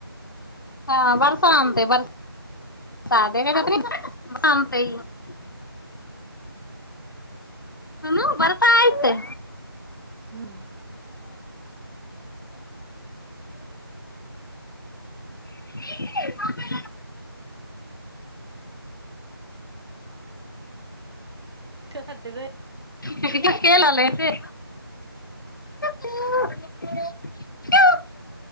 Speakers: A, on the left; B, on the right.
A: हँ बरसान त बरसा दे क बरसान अन्ते न्ये ई ह न भरसा अइतै
B: हुँम्
A: <inaudible>
B: चो भ देबय
A: खेलल कि कु